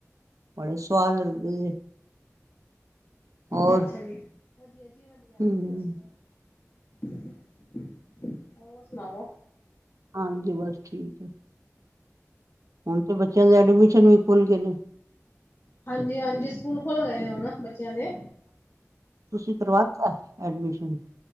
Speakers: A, on the right (about 85°); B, on the left (about 50°).
A: ਬੜੇ ਸਵਾਦ ਲਗਦੇ ਜੇ। ਹੋਰ
B: ਅੱਛਾ ਜੀ, ਵਧੀਆ ਜੀ ਵਧੀਆ
A: ਹਮ
B: ਤੁਸੀਂ ਦੱਸੋ <unintelligible> <inaudible> ਹੋਰ ਸੁਣਾਓ।
A: ਹਾਂਜੀ ਬਸ ਠੀਕ ਏ। ਹੁਣ ਤੇ ਬੱਚਿਆਂ ਦੇ ਐਡਮਿਸ਼ਨ ਵੀ ਖੁੱਲ੍ਹ ਗਏ ਨੇ।
B: ਹਾਂਜੀ, ਹਾਂਜੀ ਸਕੂਲ ਖੁੱਲ ਗਏ ਨੇ ਹੁਨ ਬੱਚਿਆਂ ਦੇ।
A: ਤੁਸੀਂ ਕਰਵਾਤਾ ਐਡਮਿਸ਼ਨ।